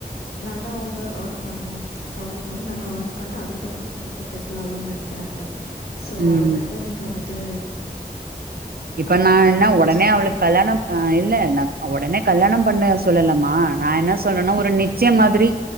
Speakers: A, on the left; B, on the right.
A: நல்லா வந்து ஏர்ன் பண்ணனும் காலேஜ் முடிஞ்சு நல்லா ஏர்ன் பண்ட்டு அதுக்கப்புறோ தா லைஃப்ல செட் செட்லாகனு நனைக்கிறாங்க சோ
B: ம்
A: அதனால நீங்க வந்துட்டு
B: இப்ப
A: அ
B: நா
A: அவள
B: என்ன
A: ஃபோர்ஸ்
B: ஒடனே
A: பண்ண
B: அவளுக்கு
A: வேண்டான்னு
B: கல்யாணம் ஆ இல்ல நா ஒடனே கல்யாணம் பண்ண சொல்லலமா நா என்ன சொல்றன்னா ஒரு நிச்சியம் மாதிரி